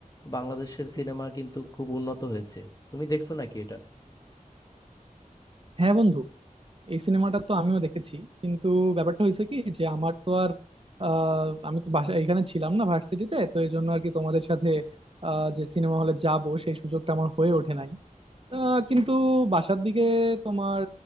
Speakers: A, on the left; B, on the right.
A: বাংলাদেশের সিনেমা কিন্তু খুব উন্নত হয়েছে তুমি দেখছো নাকি এটা
B: হ্যাঁ বন্ধু এই সিনেমাটা তো আমিও দেখেছি কিন্তু ব্যাপারটা হয়েছে কি যে আমার তো আর আহ, আমি তো বাসা এখানে ছিলাম না ভার্সিটিতে তো এই জন্য আর কি তোমাদের সাথে আহ, যে সিনেমা হলে যাব সেই সুযোগটা আমার হয়ে ওঠে নাই আহ, কিন্তু বাসার দিকে তোমার